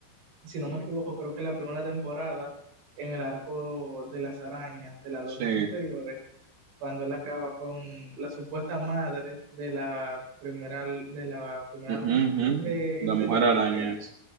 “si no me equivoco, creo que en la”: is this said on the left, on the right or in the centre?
Right